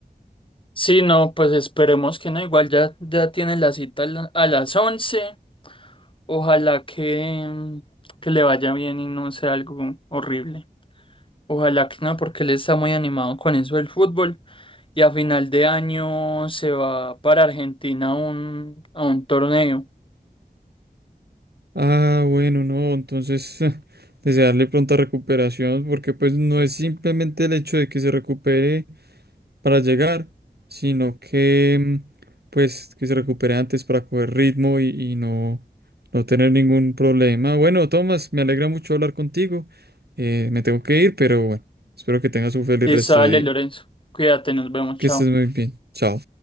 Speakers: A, on the left; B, on the right.
A: Sí, no, pues esperemos que no. Igual ya, ya tiene la cita a la- a las once Ojalá que, mm, que le vaya bien y no sea algo horrible. Ojalá que no, porque él está muy animado con eso del fútbol. Y a final de año se va para Argentina a un, a un torneo.
B: Ah, bueno, no, entonces <laughs> desearle pronta recuperación, porque pues no es simplemente el hecho de que se recupere para llegar, sino que mm, pues que se recupere antes para coger ritmo y, y no, no tener ningún problema. Bueno, Tomás, me alegra mucho hablar contigo. Eh, me tengo que ir, pero bueno, espero que tengas un feliz
A: Y
B: resto
A: sale
B: de día.
A: Lorenzo. Cuídate, nos vemos,
B: Que
A: chao.
B: estés muy bien. Chao.